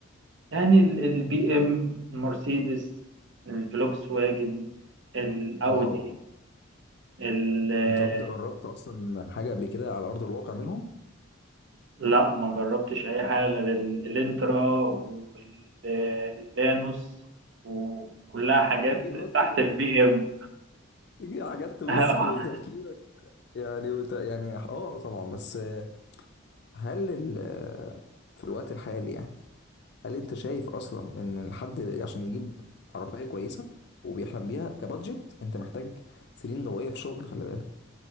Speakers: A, on the right (about 60°); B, on the left (about 50°).
A: يعني البي إم المرسيدس الفلوكس واجن الأودي
B: واو
A: ال- آه،
B: انت طب انت جربت اصلا حاجه قبل كده على ارض الواقع منهم
A: لا ما جربتش أي حاجة غير ال- الإنترا واللانوس وكلها حاجات
B: تيجي تبص
A: تحت
B: لل...
A: البي إم
B: تيجي حاجات تبص
A: <laughs>
B: لتفكيرك يعني وت... يعني اه طبعا بس آه، هل ال... آه، في الوقت الحالي يعني هل انت شايف اصلا ان الحد عشان يجيب عربيه كويسه وبيحلم بيها كبادجت انت محتاج سنين ضوئيه في شغل خلي بالك